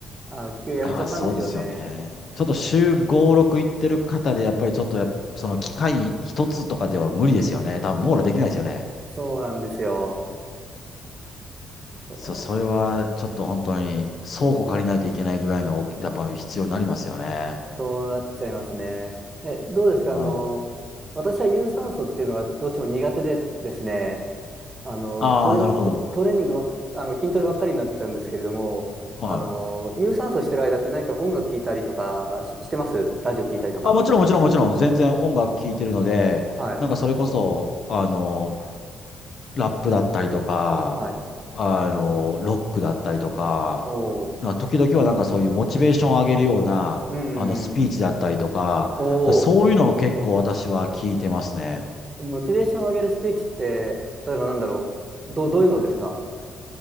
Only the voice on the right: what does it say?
あの、結局やめちゃったんですけどね。
そうなんですよ。そ
う、そうなっちゃいますね。え、どうですかあの、
私は有酸素っていうのがどうしても苦手でですね、あの、
トレ、
ト、トレーニングばっ、あの、筋トレばっかりになっちゃうんですけれども、
あの、有酸素してる間って何か音楽聴いたりとかし、してますラジオ聴いたりとか。
はい、
はい。
おー。
うんうん
おお、
モチベーションを上げるスピーチって、例えばなんだろう。ど、どういうのですか